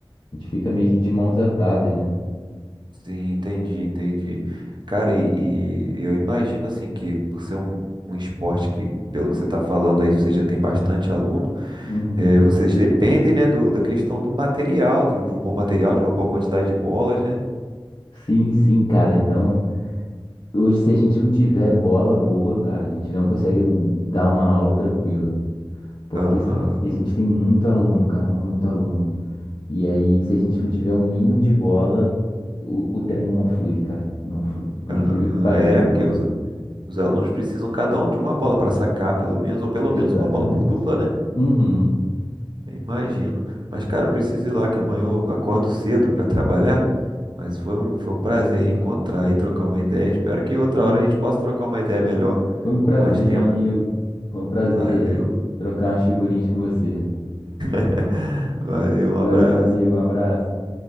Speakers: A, on the left (about 55°); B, on the right (about 55°).
A: a gente fica meio que de mãos atadas, né?
B: Sim, entendi, entendi. Cara, e, e eu imagino assim que por ser um, um esporte que, pelo que você está falando aí, você já tem bastante aluno.
A: Uhum.
B: É, vocês dependem, né, do, da questão do material, de, de um bom material, de uma boa quantidade de bolas, né?
A: Sim, sim, cara. Então, hoje, se a gente não tiver bola boa, cara, a gente não consegue dar uma aula tranquila. Porque
B: Aham,
A: a gente tem muito aluno, cara, muito aluno. E aí, se a gente não tiver o mínimo de bola, o, o treino não flui, cara. Não flui. Por
B: aham.
A: incrível que pareça,
B: É, porque
A: não
B: os,
A: flui.
B: os alunos precisam cada um de uma bola para sacar, pelo menos, ou pelo
A: Exatamente.
B: menos uma bola por dupla, né?
A: Uhum.
B: Eu Imagino. Mas, cara, eu preciso ir lá que amanhã eu acordo cedo para trabalhar. Mas foi um, foi um prazer encontrar e trocar uma ideia. Espero que outra
A: Foi,
B: hora
A: um-
B: a gente possa trocar uma ideia melhor,
A: foi um
B: com
A: prazer,
B: mais tempo.
A: meu amigo. Foi um prazer
B: Valeu,
A: trocar umas figurinhas com você.
B: <laughs> valeu,
A: Valeu,
B: um abraço.
A: meu amigo. Um abraço.